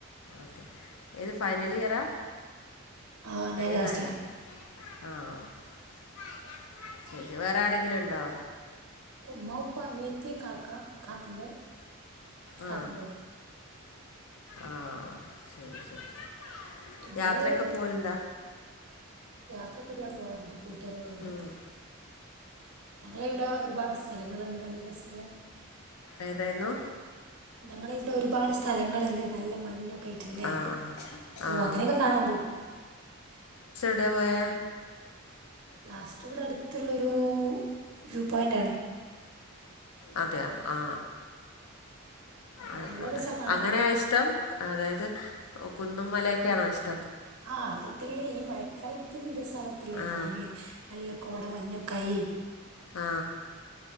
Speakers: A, on the left; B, on the right.
A: ഓക്കെ ഏത് ഫൈനൽ ഇയറാ
B: ആ
A: കയിനായ
B: ഞാൻ ലാസ്റ്റ് ഇയർ
A: ആ <unintelligible> വേറെ ആരെങ്കിലും ഇണ്ടോ
B: ഉമ്മ ഉപ്പ അനിയത്തി കാക്ക കാക്കെന്റെ
A: ആ
B: കാക്കന്റോളും
A: ആ ശരി ശരി ശരി
B: ഞങ്ങൾ
A: യാത്രയൊക്കെ പോവലിണ്ടാ
B: യാത്രൊക്കെ ഒരുപാട് പോകാറുണ്ട് കൂട്ടുകാരികളും ഇടൊക്കെ
A: ഉം.
B: ഞങ്ങളിവടെ ഒരുപാട് സ്ഥലങ്ങളുണ്ട് നല്ല രസല്ല
A: ഏതായിരുന്നു
B: ഞങ്ങള് ഇവിടെ ഒരുപാട് സ് ഥലങ്ങളിണ്ട് നല്ല മഞ്ഞൊക്കെ ആയിട്ടുള്ളേ
A: ആ
B: അപ്പൊ
A: ആ
B: അങ്ങനെയൊക്കെ കാണാൻ പോവും
A: എവടെയാ പോയെ
B: ലാസ്റ്റ് ഇവടെ അടുത്തുള്ളൊരു വ്യൂ പോയിന്റ് ആണ്
A: അതെയ ആ ആയിക്കോട്ടെ
B: നല്ല രസമാണ് കാണാൻ
A: അങ്ങനെയ ഇഷ്ടം അതായത് കുന്നും മലയൊക്കെയാണോ ഇഷ്
B: ആ അതൊക്കെല്ലേ ഈ മഴക്കാലത്ത് രസ <unintelligible>
A: ആ
B: കാണന് നല്ല കോട മഞ്ഞക്കായി
A: ആ